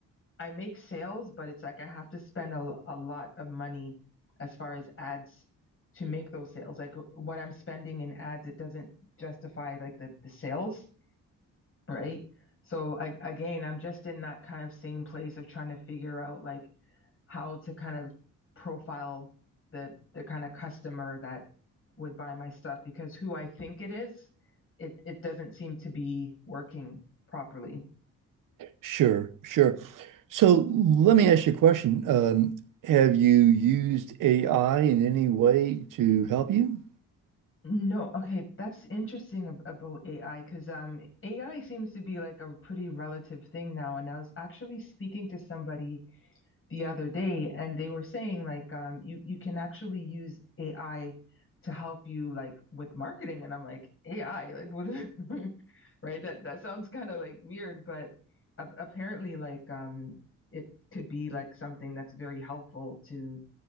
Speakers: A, on the left (about 40°); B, on the right (about 80°).
A: I make sales, but it's like I have to spend a, a lot of money as far as ads to make those sales. Like what I'm spending in ads, it doesn't justify like the, the sales, right? So I, again, I'm just in that kind of same place of trying to figure out like how to kind of profile the the kind of customer that would buy my stuff because who I think it is, it it doesn't seem to be working properly.
B: Sure, sure. So let me ask you a question. Um, have you used AI in any way to help you?
A: No, okay, that's interesting ab- about AI because um AI seems to be like a pretty relative thing now. And I was actually speaking to somebody the other day, and they were saying like um, you you can actually use AI to help you like with marketing, and I'm like AI like what is <laughs> right that that sounds kind of like weird, but a apparently like um, it could be like something that's very helpful to